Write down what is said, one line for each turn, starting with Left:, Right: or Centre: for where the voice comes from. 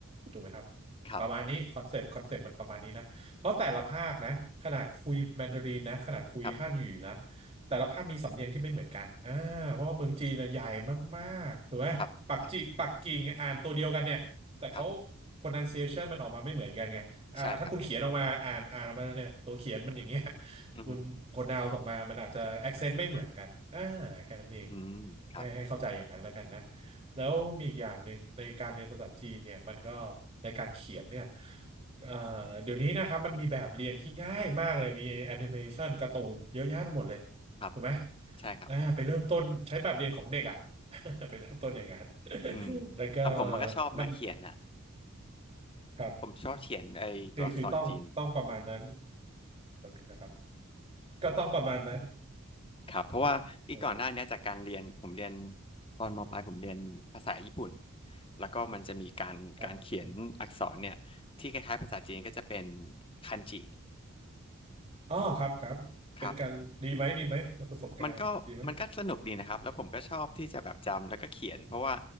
Right: ถูกไหมครับ
Left: ครับ
Right: ประมาณนี้คอนเซปต์คอนเซปต์มันประมาณนี้นะเพราะแต่ละภาคนะขนาดคุยแมนดารินนะขนาดคุยฮั่นอยู่นะ
Left: ครับ
Right: แต่ละภาคมีสำเนียงที่ไม่เหมือนกันอ่าเพราะว่าเมืองจีนนะใหญ่มากๆถูกไหมปักจิปักกิ่งอ่านตัวเดียวกันเนี่ย
Left: ครับครับ
Right: แต่เขา
Left: ครับ
Right: pronunciation มันออกมาไม่เหมือนกันไงอ่าถ้าคุณเขียนออกมาอ่านอ่านออกมาเนี่ยตัวเขียนมันอย่างเงี้ย
Left: ใช่ครับ
Right: <laughs>
Left: อือฮึ
Right: คุณ pronounce ออกมามันอาจจะ accent ไม่เหมือนกันอ่าแค่นั้นเอง
Left: อืมครับ
Right: แค่ให้เข้าใจอย่างนั้นแล้วกันนะแล้วมีอีกอย่างหนึ่งในการเรียนภาษาจีนเนี่ยมันก็ในการเขียนเนี่ยเอ่อเดี๋ยวนี้นะครับมันมีแบบเรียนที่ง่ายมากเลยมีแอนิเมชันการ์ตูนเยอะแยะไปหมดเลย
Left: ครับ
Right: ถูกไหม
Left: ใช่ครับ
Right: อ่าไปเริ่มต้นใช้แบบเรียนของเด็กอ่ะ <laughs> ไปเริ่มต้นอย่างนั้น
Left: อืม
Right: แล้วก็
Left: แต่ผมมันก็ชอบนะเขียนน่ะ
Right: มันครับ
Left: ผมชอบเขียนไอ้ตัวอักษรจีน
Right: คือคือต้องต้องประมาณนั้นแบบนี้นะครับก็ต้องประมาณนั้น
Left: ครับเพราะว่าอีกก่อนหน้าเนี้ยจากการเรียนผมเรียน
Right: โอ้เดี๋ยว
Left: ตอนมปลายผมเรียนภาษาญี่ปุ่นแล้วก็มันจะมีการการเขียนอักษรเนี่ยที่คล้ายๆภาษาจีนก็จะเป็น
Right: ครับ
Left: คันจิ
Right: อ๋อครับครับเป็นการดีไหมดีไหมแล้วประสบการณ์ดีไหม
Left: ครับมันก็มันก็สนุกดีนะครับแล้วผมก็ชอบที่จะแบบจำแล้วก็เขียนเพราะว่า